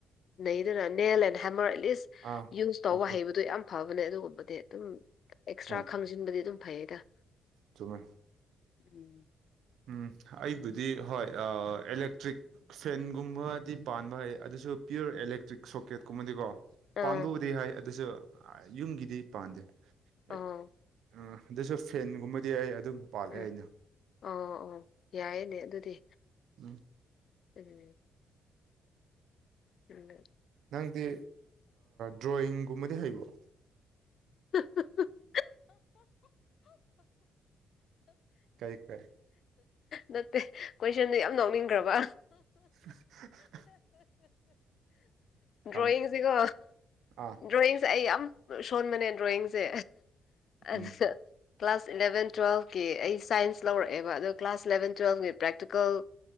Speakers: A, on the left (about 60°); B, on the right (about 75°).
A: ꯂꯩꯗꯅ nail and hammer at least
B: ah
A: use ꯇꯧꯕ
B: ꯑꯣꯀꯦ
A: ꯍꯩꯕꯗꯣ ꯌꯥꯝ ꯐꯕꯅꯦ ꯑꯗꯨꯒꯨꯝꯕꯗꯤ ꯑꯗꯨꯝ ꯑꯦꯛꯁꯇ꯭ꯔꯥ
B: ꯑꯥ
A: ꯇꯧꯁꯤꯟꯕꯗꯤ ꯑꯗꯨꯝ ꯐꯩꯌꯦꯗ
B: ꯆꯨꯝꯃꯦ
A: ꯎꯝ
B: ꯎꯝ ꯑꯩꯕꯨꯗꯤ ꯍꯣꯏ ꯑꯦꯂꯦꯛꯇ꯭ꯔꯤꯛ ꯐꯦꯟꯒꯨꯝꯕꯗꯤ ꯄꯥꯟꯕ ꯍꯩ ꯑꯗꯨꯁꯨ ꯄꯤꯌꯣꯔ ꯑꯦꯂꯦꯛꯇ꯭ꯔꯤꯛ ꯁꯣꯀꯦꯠꯀꯨꯝꯕꯗꯤꯀꯣ
A: ꯑꯥ
B: ꯄꯥꯟꯕꯕꯨꯗꯤ ꯍꯥꯏ ꯑꯗꯨꯁꯨ ꯑꯩ ꯌꯨꯝꯒꯤꯗꯤ ꯄꯥꯟꯗꯦ
A: ꯑꯥ
B: ꯑ ꯑꯗꯨꯁꯨ ꯐꯦꯟꯒꯨꯝꯕꯗꯤ ꯑꯩ ꯑꯗꯨꯝ ꯄꯥꯜꯂꯦ
A: ꯎꯝ
B: ꯑꯩꯅ
A: ꯑꯧ ꯑꯧ ꯌꯥꯏꯌꯦꯅꯦ ꯑꯗꯨꯗꯤ
B: ꯎꯝ
A: ꯎꯝ ꯎꯝ
B: ꯅꯪꯗꯤ ꯗ꯭ꯔꯣꯌꯤꯡꯒꯨꯝꯕꯗꯤ ꯍꯩꯕ꯭ꯔꯣ
A: <unintelligible>
B: ꯀꯩ ꯀꯩ
A: ꯅꯠꯇꯦ ꯀꯣꯏꯁꯟꯗꯨ ꯌꯥꯝ ꯅꯥꯎꯅꯤꯡꯈ꯭ꯔꯕ
B: <unintelligible> ꯌꯥꯝ
A: ꯗ꯭ꯔꯣꯌꯤꯡꯁꯤꯀꯣ
B: ꯑꯥ
A: ꯗ꯭ꯔꯣꯌꯤꯡꯁꯦ ꯑꯩ ꯌꯥꯝ ꯁꯣꯟꯕꯅꯦ ꯗ꯭ꯔꯣꯌꯤꯡꯁꯦ ꯑꯗꯨꯗ
B: ꯎꯝ
A: ꯀ꯭ꯂꯥꯁ ꯏꯂꯚꯦꯟ ꯇꯨꯌꯦꯜꯞꯀꯤ ꯑꯩ ꯁꯥꯏꯟꯁ ꯂꯧꯔꯛꯑꯦꯕ ꯑꯗꯨ ꯀ꯭ꯂꯥꯁ ꯏꯂꯚꯦꯟ ꯇꯨꯋꯜꯞꯀꯤ ꯄ꯭ꯔꯦꯛꯇꯤꯀꯦꯜ